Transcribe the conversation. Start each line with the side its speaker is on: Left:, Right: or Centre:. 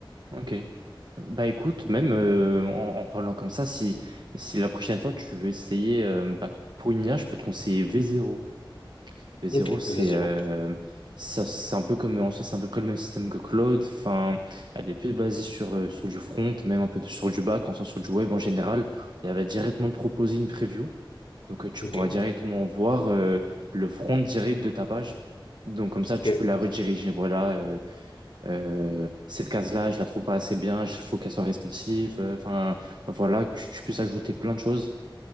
Right: Ok. Bah écoute, même euh, en, en parlant comme ça, si, si la prochaine fois tu veux essayer, euh, bah, pour une IA, je peux te conseiller v zéro. v zéro
Left: Ok,
Right: c'est
Left: vas-y,
Right: euh,
Left: rentre.
Right: ça, c'est un peu comme, en soi, c'est à peu près le même système que Claude. Enfin, elle est plus basée sur, euh, sur du front, même un peu sur du back, en soi, sur du web en général. Et elle va directement te proposer une preview. Donc euh, tu
Left: Ok,
Right: pourras directement voir euh, le front direct de ta page. Donc comme ça,
Left: ok,
Right: tu peux la rediriger, voilà, euh, euh, cette case-là, je la trouve pas assez bien, il faut qu'elle soit responsive. Euh, Enfin, voilà, que tu, tu puisses ajouter plein de choses.